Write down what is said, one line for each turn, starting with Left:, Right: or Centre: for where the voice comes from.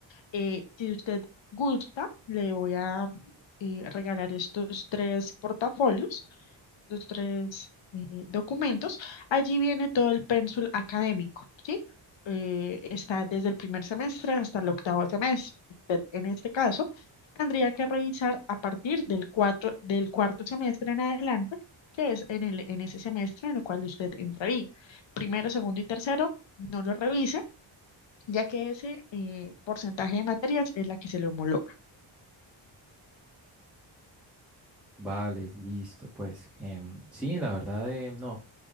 Left: Eh, si usted gusta, le voy a eh, regalar estos tres portafolios los tres eh, documentos, allí viene todo el pénsul académico, ¿sí? Eh, está desde el primer semestre hasta el octavo semestre. Usted, en este caso, tendría que revisar a partir del cuatro, del cuarto semestre en adelante, que es en el, en ese semestre en el cual usted entraría. Primero, segundo y tercero, no lo revise, ya que ese eh, porcentaje de materias es la que se le homologa.
Centre: Vale, listo, pues em, sí, la verdad, eh, no,